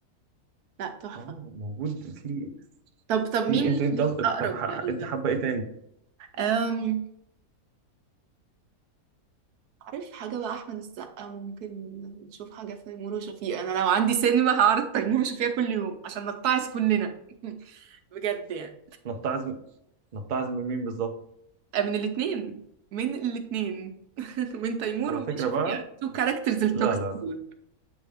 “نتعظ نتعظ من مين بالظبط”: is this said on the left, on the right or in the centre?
Right